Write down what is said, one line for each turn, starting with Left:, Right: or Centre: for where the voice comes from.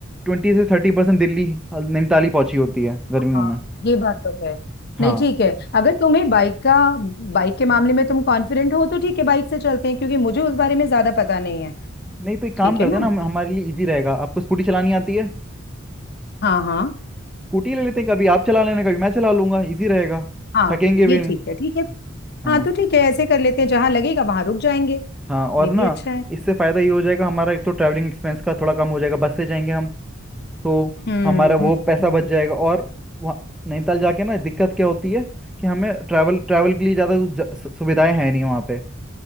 Centre: ट्वेंटी से थर्टी परसेंट दिल्ली हल- नैनीताल ही पहुंची होती है गर्मियों
Left: हाँ
Centre: में
Left: ये बात तो है
Centre: हाँ
Left: नहीं ठीक है अगर तुम्हें बाइक का बाइक के मामले में तुम कॉन्फिडेंट हो तो ठीक है बाइक से चलते हैं क्योंकि मुझे उस बारे में ज्यादा पता नहीं है
Centre: नहीं तो एक काम
Left: ठीक
Centre: करते
Left: है ना
Centre: हैं ना हम- हमारे लिए इजी रहेगा आपको स्कूटी चलानी आती है
Left: हाँ हाँ
Centre: स्कूटी ले लेते हैं कभी आप चला लेना कभी मैं चला लूंगा इजी रहेगा
Left: हाँ
Centre: थकेंगे भी
Left: ये
Centre: नहीं
Left: ठीक है ठीक है
Centre: हाँ
Left: हाँ तो ठीक है ऐसे कर लेते हैं जहां लगेगा वहां रुक जाएंगे
Centre: हाँ और
Left: ये
Centre: ना
Left: भी अच्छा है
Centre: इससे फ़ायदा ये हो जाएगा हमारा एक तो ट्रैवलिंग एक्सपेंस का थोड़ा कम हो जाएगा बस से जाएंगे हम तो
Left: हम्म
Centre: हमारा वो
Left: हम्म,
Centre: पैसा
Left: हम्म,
Centre: बच जाएगा और वहाँ नैनीताल जाके ना दिक्कत क्या होती है कि हमें ट्रैवल ट्रैवल के लिए ज़्यादा ज- सु- सुविधाएं हैं नहीं वहाँ पे